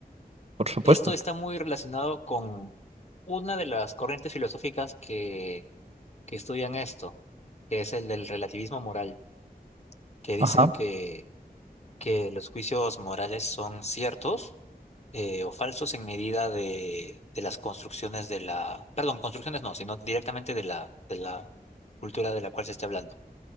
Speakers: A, on the right; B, on the left.
A: por supuesto.
B: Esto está muy relacionado con una de las corrientes filosóficas que, que estudian esto, que es el del relativismo moral, que dice
A: Ajá,
B: que, que los juicios morales son ciertos eh, o falsos en medida de, de las construcciones de la, perdón, construcciones no, sino directamente de la, de la cultura de la cual se esté hablando.